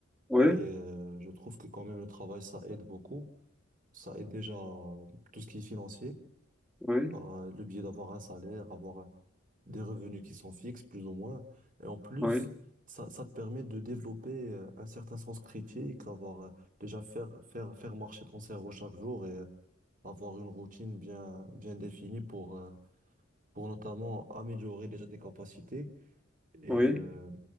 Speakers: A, in the centre; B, on the right.
A: oui,
B: Et euh, je trouve que quand même le travail, ça aide beaucoup, ça aide déjà euh, tout ce qui est financier.
A: oui,
B: par euh, le biais d'avoir un salaire, avoir euh, des revenus qui sont fixes, plus ou moins. Et en plus,
A: oui,
B: ça, ça te permet de développer euh, un certain sens critique, avoir euh, déjà faire, faire, faire marcher ton cerveau chaque jour et euh, avoir une routine bien, bien définie pour, euh, pour notamment améliorer déjà tes capacités et,
A: oui.
B: euh,